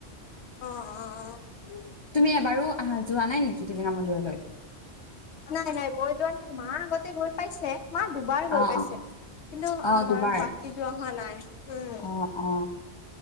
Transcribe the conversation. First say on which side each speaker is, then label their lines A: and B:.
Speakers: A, on the left; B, on the left.
A: অ', অ', অ'।
B: তুমি এবাৰো অহা যোৱা নাই নেকি টিলিঙকা মন্দিৰলৈ
A: নাই নাই মই যোৱা নাই মা আগতে গৈ পাইছে মা দুবাৰ গৈ
B: অ
A: পাইছে।
B: অ
A: কিন্তু
B: অ
A: আমাৰ
B: দুবাৰ
A: বাকী যোৱা হোৱা নাই উম
B: অ', অ'।